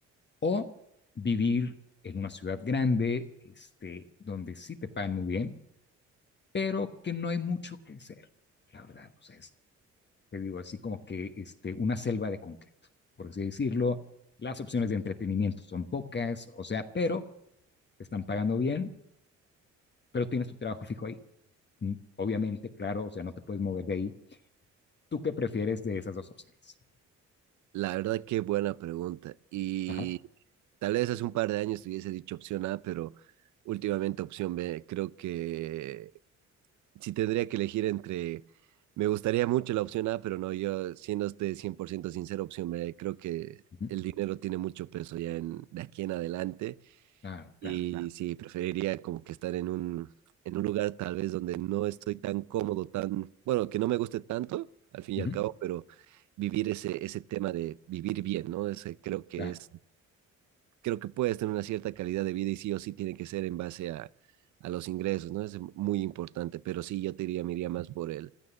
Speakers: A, on the left (about 35°); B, on the right (about 70°).
A: O vivir en una ciudad grande, este, donde sí te pagan muy bien, pero que no hay mucho que hacer, la verdad, o sea, es, te digo, así como que este, una selva de concreto, por así decirlo, las opciones de entretenimiento son pocas, o sea, pero te están pagando bien, pero tienes tu trabajo fijo ahí. Mm, Obviamente, claro, o sea, no te puedes mover de ahí. ¿Tú qué prefieres de esas dos opciones?
B: La verdad, qué buena pregunta. Y
A: Ajá.
B: tal vez hace un par de años te hubiese dicho opción A, pero últimamente opción B. Creo que si tendría que elegir entre, me gustaría mucho la opción A, pero no, yo siendo usted 100% sincero, opción B, creo que
A: Ujú.
B: el dinero tiene mucho peso ya en, de aquí en adelante
A: Claro,
B: y
A: claro.
B: Claro. sí, preferiría como que estar en un, en un lugar tal vez donde no estoy tan cómodo, tan, bueno, que no me guste tanto, al fin y
A: Ujú.
B: al cabo, pero vivir ese, ese tema de vivir bien, ¿no? Ese creo que
A: Claro.
B: es creo que puedes tener una cierta calidad de vida y sí o sí tiene que ser en base a, a los ingresos, ¿no? Es muy importante, pero sí yo te diría, me iría más por el,